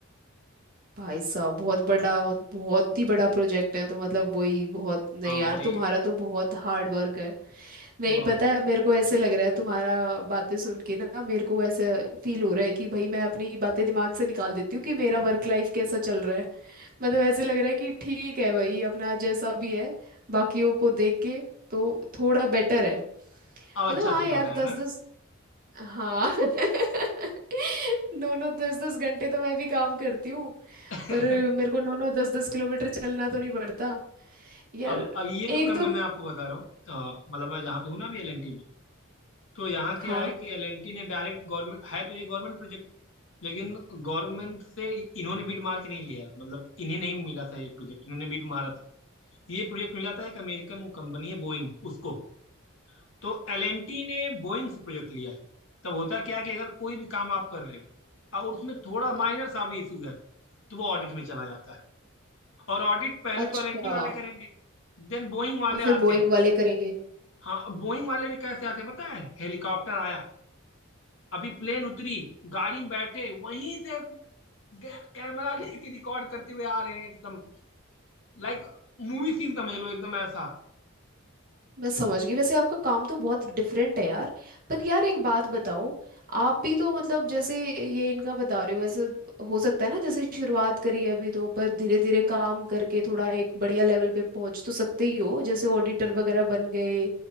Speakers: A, on the right; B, on the left.
A: भाई साहब बहुत बड़ा बहुत ही बड़ा प्रोजेक्ट है तो मतलब वही बहुत नहीं
B: हाँ
A: यार
B: वही
A: तुम्हारा
B: है
A: तो बहुत हार्ड वर्क है नहीं
B: बहुत
A: पता है मेरे को ऐसे लग रहा है तुम्हारा बातें सुन के ना मेरे को ऐसे फील हो रहा है कि भाई मैं अपनी बातें दिमाग से निकाल देती हूँ कि मेरा वर्क लाइफ कैसा चल रहा है मतलब ऐसे लग रहा है कि ठीक है भाई अपना जैसा भी है बाकियों को देख के तो थोड़ा बेटर है
B: अब अच्छा
A: मतलब हाँ
B: फील
A: यार
B: हो रहा
A: दस
B: है ना
A: दस हाँ <laughs> नौ नौ दस दस घंटे तो मैं भी काम करती हूँ
B: <laughs>
A: पर मेरे को नौ नौ दस दस किलोमीटर चलना तो नहीं पड़ता यार
B: अब अब ये तो
A: एक
B: कम
A: दो
B: है मैं आपको बता रहा हूँ अ, मतलब मैं जहाँ पे हूँ ना अभी एलएनटी में तो यहाँ क्या
A: हाँ
B: है कि एलएनटी ने डायरेक्ट गवर्नमेंट है तो ये गवर्नमेंट प्रोजेक्ट लेकिन गवर्नमेंट से इन्होंने बिड मार के नहीं लिया है मतलब इन्हें नहीं मिला था ये प्रोजेक्ट इन्होंने बिड मारा था ये प्रोजेक्ट मिला था एक अमेरिकन कंपनी है बोइंग उसको तो एलएनटी ने बोइंग से प्रोजेक्ट लिया है तब होता क्या है कि अगर कोई भी काम आप कर रहे हो और उसमें थोड़ा
A: अ-
B: माइनर सा भी इशू है तो वो ऑडिट में चला जाता है और ऑडिट पहले
A: अच्छा
B: तो एलएनटी वाले करेंगे देन बोइंग वाले
A: और फिर
B: आते
A: बोइंग
B: हैं
A: वाले करेंगे
B: हाँ बोइंग वाले भी कैसे आते हैं पता है हेलीकॉप्टर आया अभी प्लेन उतरी गाड़ी में बैठे वहीं से कै- कैमरा <laughs> लेके रिकॉर्ड करते हुए आ रहे हैं एकदम लाइक मूवी सीन समझ लो एकदम ऐसा
A: मैं समझ गई वैसे आपका काम तो बहुत डिफरेंट है यार पर यार एक बात बताओ आप भी तो मतलब जैसे ये इनका बता रहे हो वैसे हो सकता है ना जैसे शुरुआत करी है अभी तो पर धीरे धीरे काम करके थोड़ा एक बढ़िया लेवल पे पहुंच तो सकते ही हो जैसे ऑडिटर वगैरह बन गए